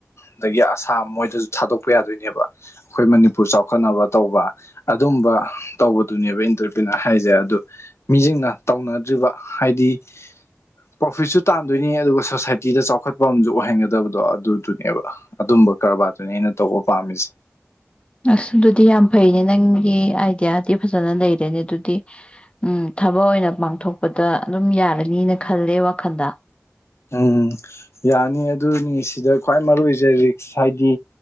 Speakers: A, on the left; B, on the left.
A: ꯑꯗꯒꯤ ꯑꯁꯥꯝ ꯃꯣꯏꯗꯁꯨ ꯊꯥꯗꯣꯛꯄ ꯌꯥꯗꯣꯏꯅꯦꯕ ꯑꯩꯈꯣꯏ ꯃꯅꯤꯄꯨꯔ ꯆꯥꯎ ꯆꯥꯎꯈꯣꯠꯅꯕ ꯇꯧꯕ ꯑꯗꯨꯝꯕ ꯇꯧꯕꯗꯨꯅꯦꯕ ꯏꯟꯇꯔꯄ꯭ꯔꯤꯅꯔ ꯍꯥꯏꯁꯦ ꯑꯗꯨ ꯃꯤꯁꯤꯡꯅ ꯇꯧꯅꯗ꯭ꯔꯤꯕ ꯍꯥꯏꯗꯤ ꯄ꯭ꯔꯣꯐꯤꯠꯁꯨ ꯇꯥꯟꯗꯣꯏꯅꯤ ꯑꯗꯨꯒ ꯁꯣꯁꯥꯏꯇꯤꯗ ꯆꯥꯎꯈꯠ ꯃꯐꯝꯁꯨ ꯑꯣꯏꯍꯟꯒꯗꯕꯗꯣ ꯑꯗꯨꯗꯨꯅꯦꯕ ꯑꯗꯨꯝꯕ ꯀꯔꯕꯥꯔꯗꯨꯅꯦ ꯑꯩꯅ ꯇꯧꯕ ꯄꯥꯝꯃꯤꯁꯦ
B: ꯑꯁ ꯑꯗꯨꯗꯤ ꯌꯥꯝ ꯐꯩꯅꯦ ꯅꯪꯒꯤ ꯑꯥꯏꯗꯤꯌꯥꯗꯤ ꯐꯖꯅ ꯂꯩꯔꯦꯅꯦ ꯑꯗꯨꯗꯤ ꯊꯕꯛ ꯑꯣꯏꯅ ꯄꯥꯡꯊꯣꯛꯄꯗ ꯑꯗꯨꯝ ꯌꯥꯔꯅꯤꯅ ꯈꯜꯂꯦ ꯋꯥꯈꯜꯗ
A: ꯎꯝ ꯌꯥꯅꯤ ꯑꯗꯨꯅꯤ ꯁꯤꯗ ꯈ꯭ꯋꯥꯏ ꯃꯔꯨ ꯑꯣꯏꯁꯦ ꯔꯤꯛꯁ ꯍꯥꯏꯗꯤ